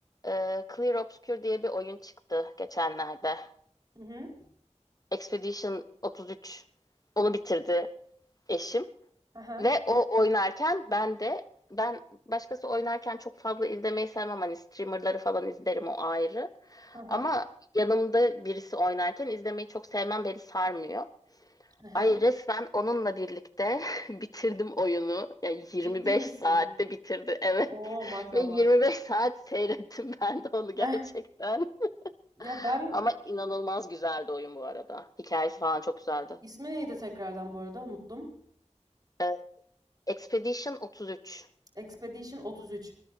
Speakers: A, on the left; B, on the right.
A: E, Clear Obscure diye bir oyun çıktı geçenlerde.
B: Hı hı.
A: Expedition 33 onu bitirdi eşim
B: Hı hı.
A: ve o oynarken ben de ben başkası oynarken çok fazla izlemeyi sevmem. Hani streamerları falan izlerim o ayrı.
B: Hı hı.
A: Ama yanımda birisi oynarken izlemeyi çok sevmem beni sarmıyor.
B: Hı hı.
A: Ay resmen onunla birlikte <laughs> bitirdim oyunu. Yani 25
B: Ciddi misin?
A: saatte bitirdi evet.
B: Oo
A: <laughs>
B: maşallah.
A: Ve 25 saat seyrettim <laughs> ben de onu gerçekten.
B: Eh, ya
A: <laughs>
B: ben
A: Ama inanılmaz güzeldi oyun bu arada. Hikayesi falan çok güzeldi.
B: ismi neydi tekrardan bu arada unuttum.
A: Ee, Expedition 33.
B: Expedition 33.